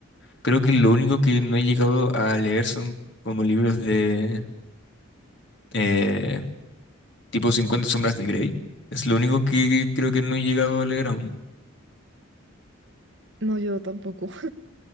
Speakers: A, on the left; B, on the right.
A: Creo que lo único que no he llegado a leer son como libros de eh, tipo cincuenta sombras de Grey. Es lo único que creo que no he llegado a leer aún.
B: No, yo tampoco.